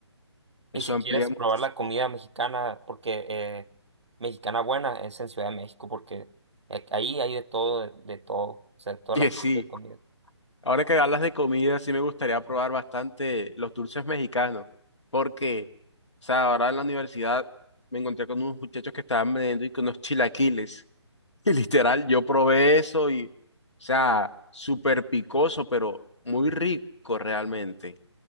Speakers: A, on the right; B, on the left.
A: Y
B: eso
A: si
B: amplía
A: quieres
B: muchísimo.
A: probar la comida
B: <laughs>
A: mexicana, porque eh, mexicana buena es en Ciudad de México, porque eh, ahí hay de todo, de, de todo, o sea, todas
B: Y
A: las
B: sí,
A: tipos de comida.
B: ahora que hablas de comida, sí me gustaría probar bastante los dulces mexicanos. Porque, o sea, ahora en la universidad me encontré con unos muchachos que estaban vendiendo y con unos chilaquiles. <laughs> Y literal, yo probé eso y, o sea, súper picoso, pero muy rico realmente.